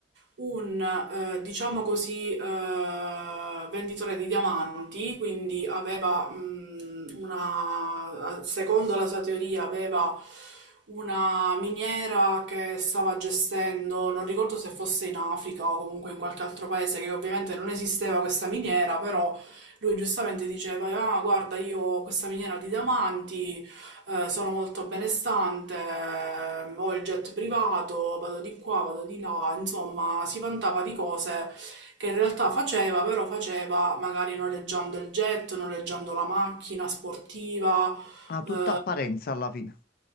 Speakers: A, on the right; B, on the left.
A: un, eh, diciamo così, eh, venditore di diamanti, quindi aveva, mh, una, secondo la sua teoria, aveva una miniera che stava gestendo, non ricordo se fosse in Africa o comunque in qualche altro paese, che ovviamente non esisteva questa miniera, però lui giustamente diceva, ah, guarda, io ho questa miniera di diamanti, eh, sono molto benestante, ehm, ho il jet privato, vado di qua, vado di là, insomma, si vantava di cose che in realtà faceva, però faceva magari noleggiando il jet, noleggiando la macchina sportiva.
B: Ha tutta
A: eh,
B: apparenza alla fine.